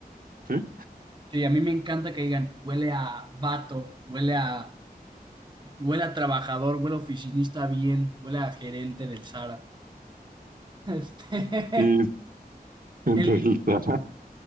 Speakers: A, on the right (about 65°); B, on the right (about 30°).
A: ¿sí?
B: Sí, a mí me encanta que digan, huele a vato, huele a, huele a trabajador, huele a oficinista bien, huele a gerente del Sara. Este, <laughs>
A: Sí, entre
B: el,
A: el <laughs>